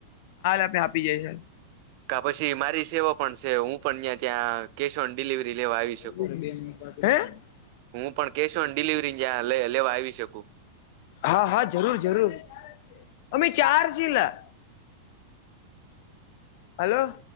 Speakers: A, on the left; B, on the right.
A: આપે આપી જઈશાલ
B: કા પછી મારી સેવા પણ છે. હુ, પણ અહં ત્યા કેશ ઓન ડિલિવરી લેવા આવી શકુ
A: હે
B: હુ, પણ કેશ ઓન ડિલિવરી જ્યાં લેવા આવી શકું
A: હા હા જરૂર જરૂર અમે ચાર છે લા હલો.